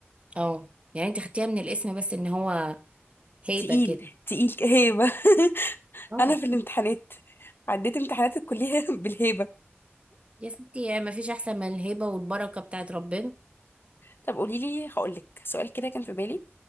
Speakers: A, on the right; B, on the left.
A: اه يعني أنت خدتيها من الاسم بس إن هو هيبة
B: تقيل
A: كده
B: تقيل هيبه <laughs>
A: اه
B: انا في الامتحانات عديت امتحانات الكليه <laughs> بالهيبه
A: يا ستي يعني ما فيش أحسن من الهيبة والبركة بتاعت ربنا
B: طب قولي لي هقول لك سؤال كده كان في بالي